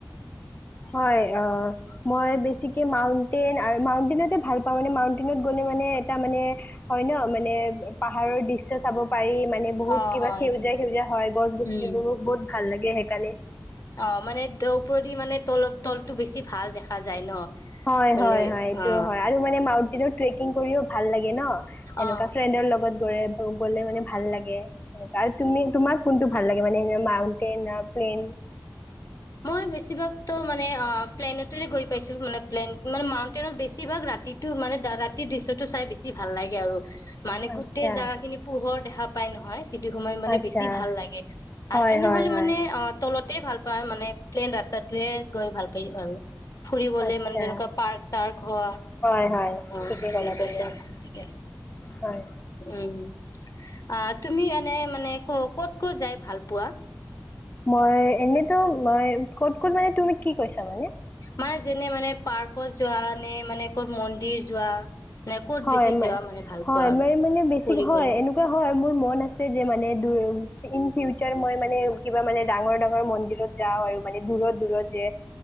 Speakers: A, on the left (about 25°); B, on the left (about 50°).
A: হয় অ মই বেছিকে মাউন্টেন আৰু মাউন্টেনতে ভাল পাওঁ মানে মাউন্টনত গলে মানে এটা মানে হয় ন মানে পাহাৰৰ দৃশ্য চাব পাৰি মানে বহুত
B: অ
A: কিবা
B: হয়
A: সেউজীয়া সেউজীয়া হয় গছ গছনিবোৰ
B: উম
A: বহুত ভাল লাগে সেইকাৰণে
B: অ মানে ত ওপৰেদি মানে তলৰ তলতটো বেছি ভাল দেখা যায় ন
A: হয়
B: মানে
A: হয় হয় এইটো
B: অ
A: হয় আৰু মানে মাউ ট্ৰেকিং কৰিও ভাল লাগে ন সেনেকুৱা
B: অ
A: ফ্ৰেণ্ডৰ লগত গলে মানে ভাল লাগেৱে আৰু তুমি তোমাক কোনটো ভাল লাগে মানে মাউন্টেইন প্লেইন
B: মই বেছিভাগতো মানে প্লেনেতেৰে গৈ পাইছো মানে প্লেন মানে মাউন্টেইনত বেছিভাগ ৰাতিতটো মানে ৰাতিৰ দৃশ্য চাই বেছি ভাল লাগে আৰু মানে
A: আচ্ছা
B: গোটেই জাগা খিনি পোহৰ দেখা পায় নহয় সেইটো সময় মানে
A: আচ্ছা
B: বেছি ভাল লাগে
A: হয়
B: আৰু এনেহলে
A: হয় হয়
B: মানে তলত তে ভাল পায় মানে প্লেইন ৰাস্তাটোহে গৈ ভালকে পাম ফুৰিবলে
A: আচ্ছা
B: মানে যেনেকুৱা পাৰ্ক চাৰ্ক হোৱা
A: হয় হয়
B: অ
A: ঠিকেই
B: তেনেকুৱা
A: ক'লা তুমি
B: এ
A: হয়
B: উম আহ তুমি এনে মানে ক কত ক'ত যায় ভাল পোৱা
A: মই এনেতো মই কত ক'ত মানে তুমি কি কৈছা মানে
B: মানে যেনে মানে পাৰ্কত যোৱা মানে মানে ক'ত মন্দিৰ যোৱা নে ক'ত
A: হয়
B: বেছি
A: মই
B: যোৱা মানে ভাল পোৱা আৰু
A: মানে হয় বেছি
B: ফুৰিবলে
A: হয় এনেকুৱা হয় মোৰ মন আছে যে, মানে দূৰ ইনফিউচাৰ মই মানে কিবা মানে ডাঙৰ, ডাঙৰ মন্দিৰত যাওঁ আৰু মানে দূৰত, দূৰত যে,